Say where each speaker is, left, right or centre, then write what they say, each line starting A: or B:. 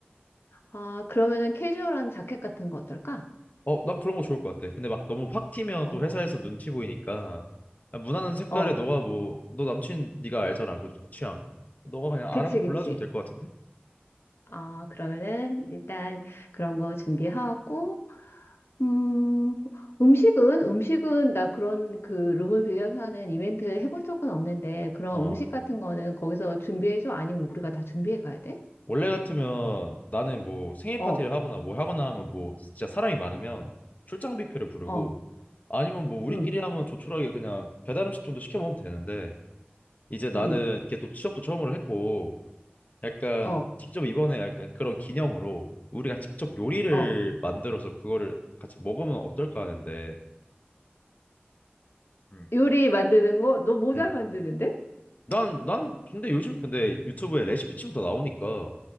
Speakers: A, on the left; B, on the left.
A: 아, 그러면은 캐주얼한 자켓 같은 거 어떨까?
B: 어, 난 그런 거 좋을 것 같아. 근데 막 너무 확 튀면
A: 어,
B: 또 회사에서 눈치 보이니까 그냥 무난한 색깔에
A: 어.
B: 너가 뭐 너 남친 네가 알잖아 그 취향. 너가 그냥
A: 그치,
B: 알아서
A: 그치.
B: 골라주면 될 것 같은데?
A: 아, 그러면은 일단 그런 거 준비하고, 음, 음식은, 음식은 나 그런 그 룸을 빌려서 하는 이벤트 해본 적은 없는데, 그런
B: 어.
A: 음식 같은 거는 거기서 준비해줘? 아니면 우리가 다 준비해 가야 돼?
B: 원래 같으면 나는 뭐 생일
A: 어,
B: 파티를 하거나 뭐 하거나 하면 뭐 진짜 사람이 많으면 출장 뷔페를 부르고
A: 어,
B: 아니면 뭐 우리끼리
A: 음,
B: 하면 조촐하게 그냥 배달 음식 정도 시켜 먹으면 되는데 이제 나는
A: 음,
B: 이게 또 취업도 처음으로 했고 약간
A: 어,
B: 직접 이번에 약간 그런 기념으로 우리가 직접 요리를
A: 어.
B: 만들어서 그거를 같이 먹으면 어떨까 하는데 음.
A: 요리 만드는 거? 너 모잘
B: 음.
A: 만드는데?
B: 난, 난 근데 요즘 근데 유튜브에 레시피 치면 다 나오니까